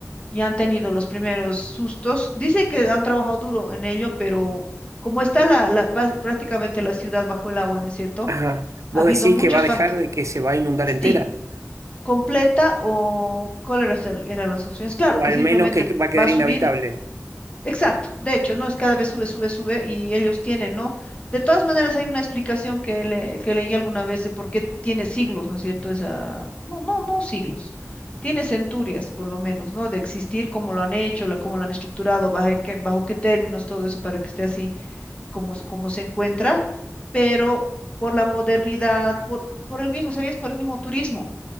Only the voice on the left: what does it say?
y han tenido los primeros sustos. Dice que han trabajado duro en ello, pero como está la, la pas- prácticamente la ciudad bajo el agua, ¿no es cierto?
Ha habido
muchos
factores.
Sí, completa o cuáles eran las opciones. Claro,
que
simplemente
va a subir
Exacto, de hecho, ¿no? Es cada vez sube, sube, sube y ellos tienen, ¿no? De todas maneras, hay una explicación que, le- que leí alguna vez de por qué tiene siglos, ¿no es cierto? Esa, no, no, no siglos, tiene centurias, por lo menos, ¿no? De existir, cómo lo han hecho, la, cómo lo han estructurado, bajo qué, bajo qué términos, todo eso para que esté así como, se- como se encuentra, pero por la modernidad, por, por el mismo, ¿sabías? Por el mismo turismo.